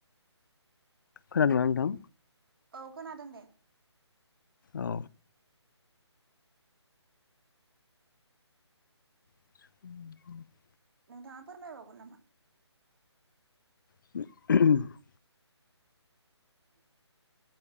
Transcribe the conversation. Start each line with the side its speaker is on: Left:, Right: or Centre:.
Left: खोनादोंना नोंथां?
Right: औ खोनादों दे।
Left: औ। <unintelligible>
Right: नोंथाङा फोरमायबावगोन नामा।
Left: <unintelligible>
Right: <unintelligible>